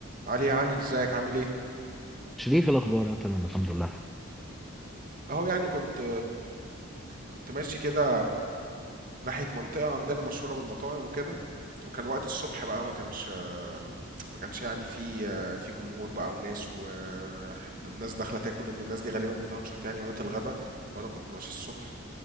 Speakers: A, on the right; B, in the centre.
A: علي علي ازيك عامل ايه
B: شريف إيه الأخبار أنا تمام الحمد لله
A: اهو يعني كنت كنت ماشي كده ناحية منطقة عندنا مشهورة بالمطاعم وكده وكان وقت الصبح بقى ما كانش ما كانش يعني في في جمهور بقى وناس والناس داخلة تاكل لأن الناس دي غالبا بتنشط يعني وقت الغدا وأنا كنت ماشي الصبح